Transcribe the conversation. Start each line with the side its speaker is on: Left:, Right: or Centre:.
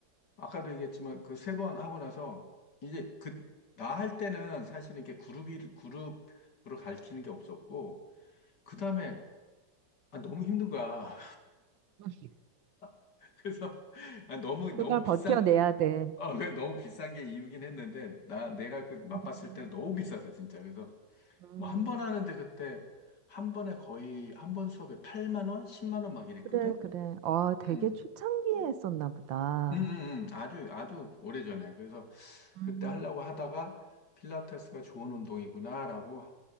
Left: 아까도 얘기했지만 그 세 번 하고 나서 이제 그 나 할 때는 사실은 이렇게 그룹이 그룹으로 가르치는 게 없었고 그 다음에 아, 너무 힘든 거야.
Right: 음.
Left: <laughs> 그래서 아, 너무 너무
Right: 그걸 버텨내야
Left: 비싼
Right: 돼.
Left: 어, 그 너무 비싼 게 이유긴 했는데 나 내가 그 맛봤을
Right: 음,
Left: 때는 너무 비싸서 진짜 그래서
Right: 음.
Left: 뭐 한 번 하는데 그때 한 번에 거의 한 번 수업에 8만 원, 10만 원 막 이랬거든.
Right: 그래, 그래. 아, 되게
Left: 음.
Right: 초창기에 했었나 보다.
Left: 음, 음, 음. 아주, 아주 오래전에. 그래서
Right: 음,
Left: 그때 하려고 하다가 필라테스가 좋은 운동이구나라고